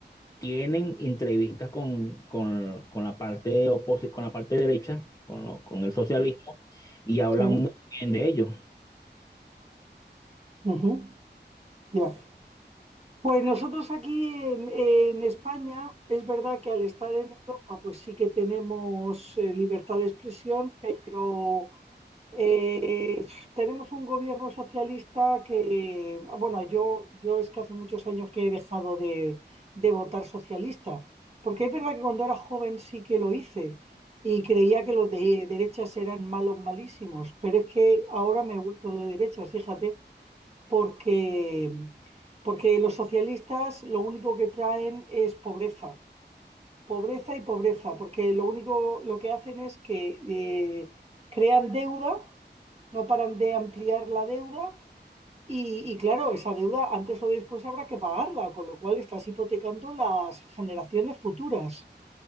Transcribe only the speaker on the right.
sí,
ujú, ya. Pues nosotros aquí en, en España, es verdad que al estar en Europa, pues sí que tenemos eh, libertad de expresión, pero eh, tenemos un gobierno socialista que, bueno, yo, yo es que hace muchos años que he dejado de, de votar socialista, porque es verdad que cuando era joven sí que lo hice y creía que los de derechas eran malos, malísimos, pero es que ahora me he vuelto de derechas, fíjate porque, porque los socialistas lo único que traen es pobreza, pobreza y pobreza, porque lo único lo que hacen es que eh, crean deuda, no paran de ampliar la deuda y, y claro, esa deuda antes o después habrá que pagarla, con lo cual estás hipotecando las generaciones futuras.